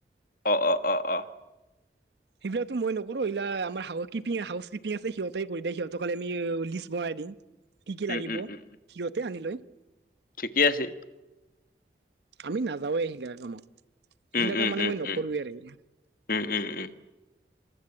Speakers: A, on the left (about 50°); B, on the right (about 75°).
A: অ', অ', অ', অ',
B: সিবিলাকটো মই নকৰো ইলা আমাৰ হাউ কিপিং হাউচকিপিং আছে সিহঁতেই কৰি দেই সিহঁতক খালি আমি লিষ্ট বনাই দিং। কি কি
A: উম,
B: লাগিব
A: উম,
B: সিহঁতে
A: উম,
B: আনি লয়।
A: ঠিকে আছে।
B: আমি নাযাওেই সিগিলা কামত।
A: উম,
B: সিলা কাম
A: উম,
B: মানে
A: উম,
B: মই নকৰোৱে
A: উম,
B: আৰকি।
A: উম, উম, উম।